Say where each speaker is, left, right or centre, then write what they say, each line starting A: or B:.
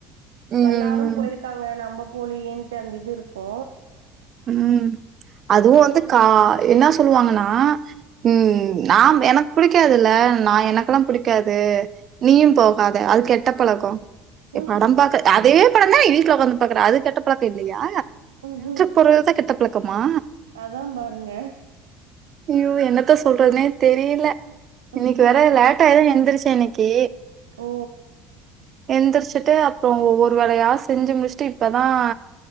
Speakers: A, on the right; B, on the right.
A: ம்
B: எல்லாரும் போயிருக்காங்க நம்ம போலியேன்ட்டு அந்த இது இருக்கு
A: ம் அதுவும் வந்து
B: ஒரு
A: கா
B: சில
A: என்ன சொல்லுவாங்கன்னா ம் நா எனக்கு பிடிக்காதுல்ல நான் எனக்குல்லாம் பிடிக்காது நீயும் போகாத அது கெட்ட பழக்கோ
B: ம்
A: படம் பாக்க அதே படம் தான் வீட்ல வுக்கந்து பாக்குற அது கெட்ட பழக்கம் இல்லையா
B: ம் ம்.
A: போறதான் கெட்ட பழக்கமா
B: அதான் பாருங்க
A: அய்யோ என்னத்தா சொல்றதுனே தெரியல
B: பாருங்க
A: இன்னைக்கு வேற லே ட்டா தான் எந்துருச்ச இன்னக்கி
B: ஓ
A: எந்திர்ச்சிட்டு அப்றோ ஒவ்வொரு வேலையா செஞ்சு முடிச்ட்டு இப்பதான்